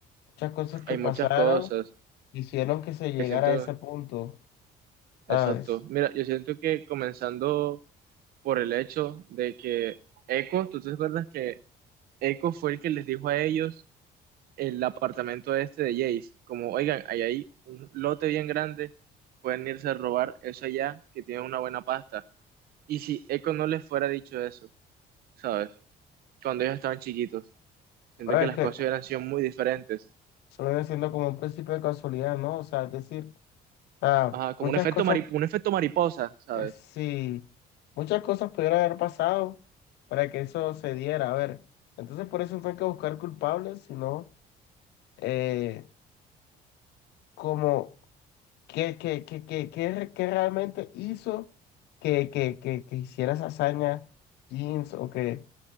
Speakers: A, on the left; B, on the right.
A: muchas cosas que
B: hay
A: pasaron,
B: muchas cosas
A: hicieron que se llegara
B: que siento
A: a ese punto, ¿sabes?
B: Exacto. Mira, yo siento que comenzando por el hecho de que Echo, ¿tú te acuerdas que Echo fue el que les dijo a ellos el apartamento este de Jace? Como, oigan, ahí hay un lote bien grande, pueden irse a robar eso allá, que tiene una buena pasta. Y si Echo no les fuera dicho eso, ¿sabes? Cuando ellos estaban chiquitos, siento
A: Pero
B: que
A: es
B: las
A: que
B: cosas hubieran sido muy diferentes.
A: eso viene siendo como un principio de casualidad, ¿no? O sea, es decir. sea,
B: Ajá, como
A: muchas
B: un efecto
A: cosas,
B: mari- un efecto mariposa, ¿sabes?
A: eh, sí, muchas cosas pudieron haber pasado para que eso se diera. A ver, entonces por eso no hay que buscar culpables, sino eh, como qué, qué, qué, qué, qué re- qué realmente hizo que, que, que, que hiciera esa hazaña Jeans o que,